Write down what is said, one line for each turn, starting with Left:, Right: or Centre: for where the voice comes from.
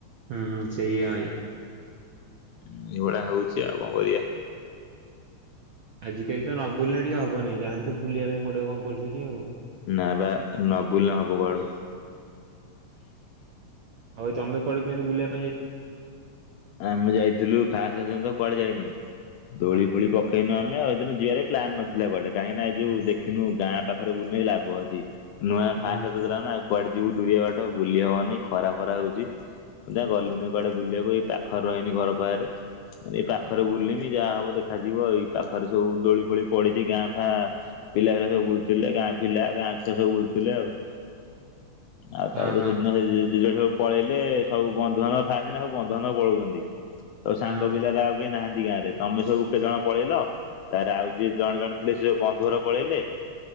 Right: ହୁଁ ସେୟା
Left: ହଁ ଏଇଭଳିଆ ହଉଛି ଆଉ କଣ କରିବା।
Right: ଆଜିକାଲି ତ ନବୁଲିଲେ ନ ଟିକେ ହବନି ଯାହାନ୍ତୁ ବୁଲିବା ପାଇଁ ପଡିବ କମ୍ପଲସରି ଆଉ।
Left: ନା ବା ନ ବୁଲ ନ ହବ କୁଆଡୁ?
Right: ଆଉ ତମେ କୁଆଡୁ କେମିତି ବୁଲିବାପାଁଇ
Left: ଆମେ ଯାଇଥିଲୁ ଫାଷ୍ଟ ଦ ତ କୁଆଡେ ଯାଇନୁ ଦୋଳି
Right: ହଁ
Left: ଫୋଳି ପ କହିୁ ଆମେ ଏଇିନ ଯିବାରେ ପ୍ଲାନ୍ ନଥିଲା କଆଡେ କାହିଁକିନା ଏଇ ଯଉ
Right: ହଁ
Left: ଦେଖିନୁ ଗାଁ ପାଖରେ ବୁଲୁି ଲାଭ ଆଛି। ନୂଆ <unintelligible>
Right: ହୁଁ
Left: କୁଆଡେ ଯିବୁ ଦୂରିବା ବାଟ ବୁଲିବା ହବନି ଖରା ଖରା ହଉଛି ଯା ଗଲୁନି। କୁଆଡେ ବୁଲିବାକୁ ଏଇ ପାଖରେ ରହନି ଘର ପାଖରେ ମାନେ
Right: ହୁଁ।
Left: ପାଖ ରେ ବୁଲିମି ଯାହା ହବ ଦେଖାଯିବ ଏଇ ପାଖରେ ସବୁ ଦୋଳି ଫୋଳି ପଡିଛି ଗାଁ ଫାଁ ପିଲା ପିଲା ସବୁ ବୁଲୁଥିଲେ ଗାଁ ପିଲା ଗାଁ ଛୁଆ ସବୁ ବୁଲୁଥିଲେ ଆଉ। ଆଉ ତା
Right: ହଁ ହଁ
Left: ସେଦିନ ସେ ଜେଜେ ସବୁ ପଳେଇଲେ ସବୁ ବନ୍ଧୁ ବାନ୍ଧବ <unintelligible> ବନ୍ଧୁ ବାନ୍ଧବ ପଳୋଉଛନ୍ତି ତ
Right: ହଁ
Left: ସାଙ୍ଗ ପିଲାରା କେହି ନାହାନ୍ତି ଗାଁରେ ତମେ ସବୁ କେତେ ଜଣ ପଳେଇଲ ତାର ଆଉ ଯିଏ ଜଣେ ଜଣେ ଥିଲେ ସେ ଯୋଉ ବନ୍ଧୁ ଘର ପଳେଇଲେ